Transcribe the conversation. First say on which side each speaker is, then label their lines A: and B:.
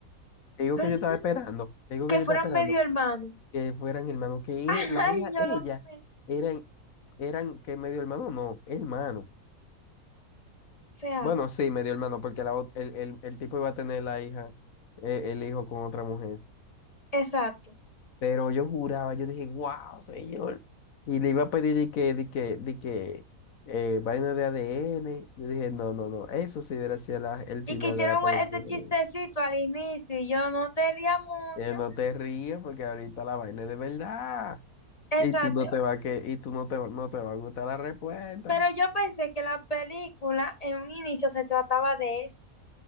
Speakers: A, on the left (about 65°); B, on the left (about 25°).
A: Te digo
B: pero
A: que yo
B: si
A: estaba
B: no-
A: esperando. Te digo
B: que
A: que yo
B: fueran
A: estaba esperando.
B: medio hermanos.
A: que fueran hermanos, que
B: <laughs>
A: e- la
B: Ay,
A: hija,
B: yo
A: ella,
B: lo pensé. O
A: eran, eran que medio hermano, no, hermano.
B: sea,
A: Bueno, sí, medio hermano, porque la, ot- el, el, el tipo iba a tener la hija, eh, el hijo con otra mujer.
B: exacto.
A: Pero yo juraba, yo dije, wow, señor. Y le iba a pedir de que, de que, de que eh, vaina de ADN. Yo dije, no, no, no, eso sí hubiera sido la- el final
B: Y que hicieron
A: de la película.
B: e-, ese chistecito al inicio y yo no te ría mucho.
A: Eh, no te rías porque ahorita la vaina es de verdad.
B: Exacto.
A: Y tú no te va a que, y tú no te, va- no te va a gustar la respuesta.
B: Pero yo pensé que la película en un inicio se trataba de eso.